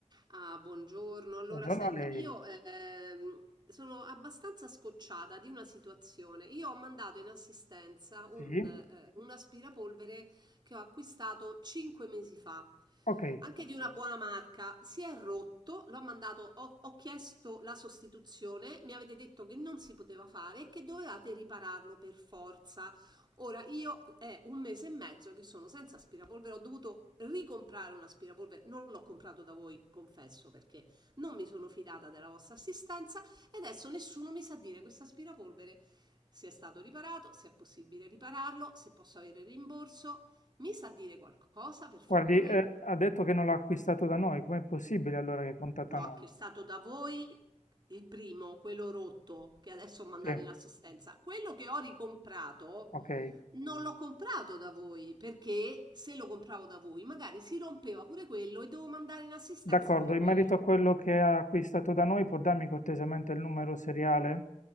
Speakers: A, on the right (about 35°); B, on the left (about 85°).
A: Ah, buongiorno. Allora,
B: Buongiorno
A: senta,
B: a lei.
A: io ehm, sono abbastanza scocciata di una situazione. Io ho mandato in assistenza un,
B: Sì?
A: eh, un aspirapolvere che ho acquistato 5 mesi fa,
B: Ok.
A: anche di una Ok. buona marca. Si è rotto, l'ho mandato, ho, ho chiesto la sostituzione, mi avete detto che non si poteva fare e che dovevate ripararlo per forza. Ora io è un mese e mezzo che sono senza aspirapolvere, ho dovuto ricomprare un aspirapolvere, non l'ho comprato da voi, confesso, perché non mi sono fidata della vostra assistenza e adesso nessuno mi sa dire questo aspirapolvere se è stato riparato, se è possibile ripararlo, se posso avere rimborso. Mi sa dire qualcosa, per favore?
B: Guardi, eh, ha detto che non l'ha acquistato da noi. Com'è possibile allora che contatta
A: L'ho acquistato
B: noi?
A: da voi, il primo, quello rotto, che adesso ho mandato
B: Sì,
A: in assistenza. Quello che ho ricomprato
B: ok.
A: non l'ho comprato da voi, perché se lo compravo da voi, magari si rompeva pure quello e devo mandare in assistenza
B: D'accordo.
A: pure
B: In
A: quello.
B: merito a quello che ha acquistato da noi, può darmi cortesemente il numero seriale?